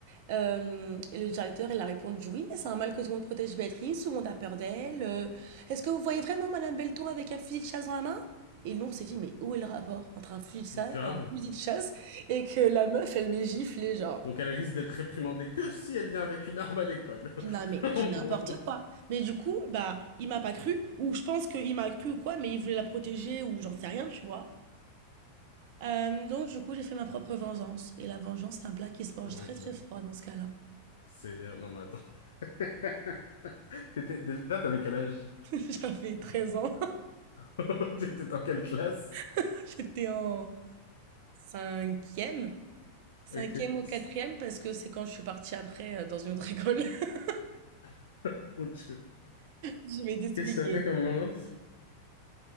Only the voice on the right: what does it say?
Hem et le directeur, il a répondu: «Oui, mais c'est un mal que tout le monde protège Béatrice, tout le monde a peur d'elle, heu, est-ce que vous voyez vraiment madame Belton avec un fusil de chasse dans la main?» et nous, on s'est dit: «Mais où est le rapport entre un fusil de chasse
un fusil de chasse et que la meuf, elle m'est giflée, genre.
Non,
mais
du n'importe
quoi. Mais du coup, bah, il m'a pas cru ou je pense qu'il m'a cru ou quoi, mais il voulait la protéger ou j'en sais rien, tu vois? Hem, donc du coup, j'ai fait ma propre vengeance et la vengeance, c'est un plat qui se mange
très,
très froid dans ce cas-là.
<laughs> J'avais 13 ans,
<laughs> j'étais en Cinquième? Cinquième
ou quatrième, parce que c'est quand je suis partie après euh, dans une autre école. <laughs>
Je vais t'expliquer.